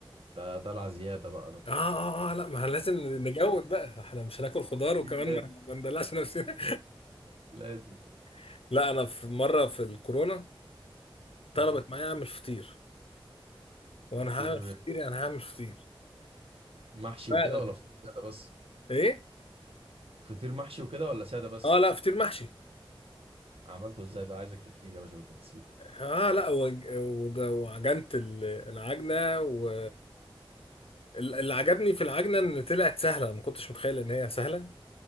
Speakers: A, on the right (about 80°); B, on the left (about 80°).
A: ده ده العزياده بقى ده
B: آه, آه, اه آه، لا ما لازم نجود بقى احنا مش هناكل خضار
A: اكيد
B: وكمان
A: لازم
B: ما, ما ندلعش نفسنا
A: لازم
B: <laughs> لا انا في مره في الكورونا طلبت
A: مم.
B: معايا اعمل فطير
A: فطير
B: وانا هعمل فطير يعني هعمل فطير
A: محشي
B: فعلا
A: وكده ولا فطير ساده بس
B: ايه
A: فطير محشي وكده ولا ساده بس
B: اه لا فطير محشي
A: عملته ازاي بقى عايزك تحكي لي يا باشا بالتفاصيل
B: اه لا وج- وج- وعجنت ال- العجنه و ال- اللي عجبني في العجنه ان طلعت سهله ما كنتش متخيل ان هي سهله